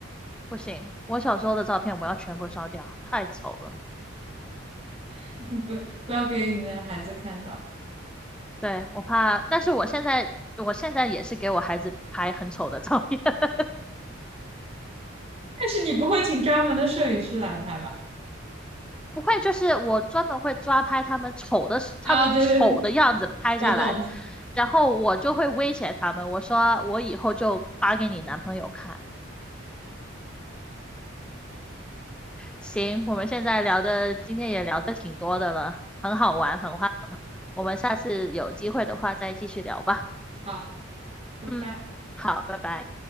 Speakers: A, in the centre; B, on the right.
A: 不行，我小时候的照片我要全部烧掉，太丑了。
B: <laughs> 不不要给你的孩子看到
A: 对，我怕，但是我现在，我现在也是给我孩子拍很丑的照片，<laughs>
B: 但是你不会请专门的摄影师来拍吧？
A: 不会，就是我专门会抓拍他们丑的时他们丑的样子拍下来，
B: 啊！对对对，我懂了。
A: 然后我就会威胁他们，我说我以后就发给你男朋友看。行，我们现在聊的，今天也聊的挺多的了，很好玩，很欢乐。我们下次有机会的话再继续聊吧。
B: 好，拜拜。
A: 嗯，好，拜拜。